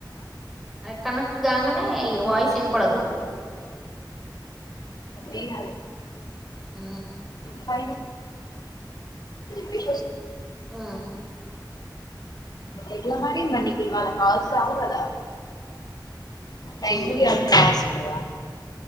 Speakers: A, in the centre; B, on the left (about 60°).
A: కనెక్ట్ కానే వయిస్ వినపడుదు
B: ఏ <unintelligible>
A: ఆ
B: ప వి
A: ఆ
B: ఎట్లా మార అ కాల్స్ రావు కథ టై
A: చేరి
B: గుడి అసుడద